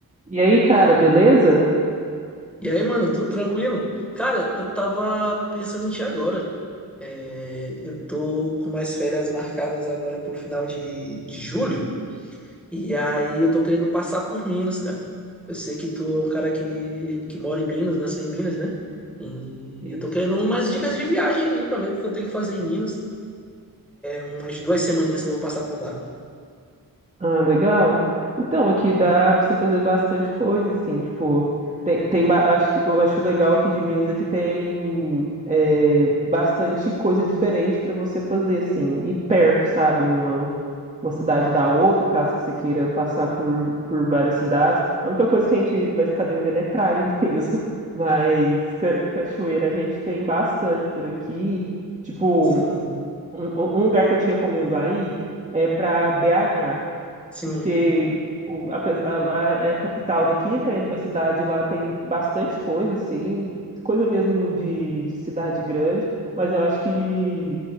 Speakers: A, on the right; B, in the centre.
A: E aí, cara, beleza?
B: E aí, mano, tudo tranquilo? Cara, eu tava pensando em ti agora. É, eu tô com mais férias marcadas agora pro final de, de julho. E aí eu tô querendo passar por Minas, cara. Eu sei que tu é um cara que, que mora em Minas, nasceu em Minas, né? E
A: Isso.
B: eu tô querendo umas dicas de viagem aí pra ver o que eu tenho que fazer em Minas. Umas duas semaninhas que eu vou passar por lá.
A: Ah, legal. Então, aqui dá pra você fazer bastante coisa, assim, tipo, tem, tem ba- acho, que- eu acho legal aqui de Minas é que tem é, bastante coisa diferente pra você fazer, assim, e perto, sabe? Uma, uma cidade da outra, caso que você queira passar por, por várias cidades. A única coisa que a gente vai ficar devendo é praia <laughs> mesmo, mas ca- cachoeira a gente tem bastante por aqui. Tipo,
B: Sim,
A: Um, um um lugar que eu te recomendo aí é para BH
B: sim,
A: porque tipo, apes- ela é a capital daqui, né? A cidade lá tem bastante coisa, assim, coisa mesmo de, de cidade grande, mas eu acho que